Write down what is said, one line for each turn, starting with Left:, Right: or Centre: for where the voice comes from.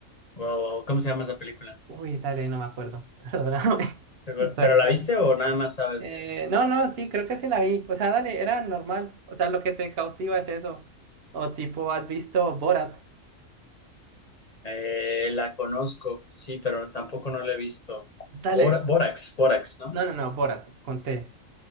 Left: wow, wow. ¿Cómo se llama esa película?
Right: Uy, dale, no me acuerdo. <laughs> Perdóname.
Left: ¿Pero,
Right: Soy-
Left: pero la
Right: soy-
Left: viste o nada más sabes
Right: Eh,
Left: de...?
Right: no, no, sí, creo que sí la vi. O sea, dale, era normal. O sea, lo que te cautiva es eso. O tipo, ¿has visto Borat?
Left: Eh, la conozco, sí, pero tampoco no la he visto.
Right: Dale.
Left: Bora- Borax, Borax, ¿no?
Right: No, no, no, Borat, conté.